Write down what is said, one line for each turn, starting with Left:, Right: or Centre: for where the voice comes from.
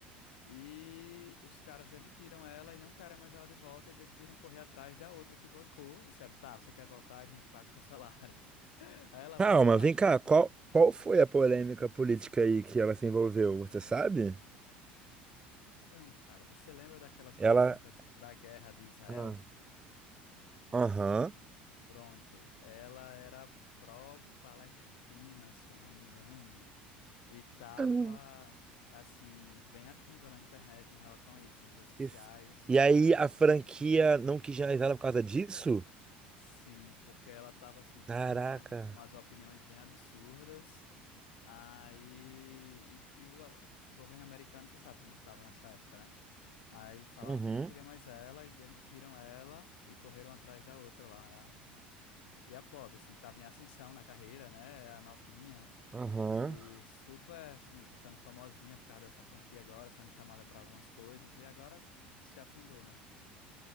Left: E os caras demitiram ela e não querem mais ela de volta e decidiram correr atrás da outra que bancou. E disseram, tá, você quer voltar, a gente paga o seu salário. <laughs> Aí ela
Right: Calma,
Left: vai voltar.
Right: vem cá. Qual, qual foi a polêmica política aí que ela se envolveu? Você sabe?
Left: Então, cara, você lembra daquelas
Right: Ela.
Left: polêmicas da guerra de Israel?
Right: Ah. Aham.
Left: Pronto, ela era pró-Palestina, se eu não me engano, e tava,
Right: Uhum.
Left: assim, bem ativa na internet em relação a isso, nas redes sociais.
Right: Isso. E aí a franquia não quis realizar ela por causa disso?
Left: Sim, porque ela tava, assim,
Right: Caraca.
Left: dando uma- umas opiniões bem absurdas. Aí, e, e o o governo americano, você sabe como que estava nessa época, né? Aí falaram
Right: Uhum.
Left: que não queria mais ela e demitiram ela e correram atrás da outra lá. E a pobre, assim, estava em ascensão na carreira, né? É A novinha
Right: Aham.
Left: e super, assim, ficando famosinha por causa dessa franquia agora, sendo chamada para algumas coisas e agora se afundou, né?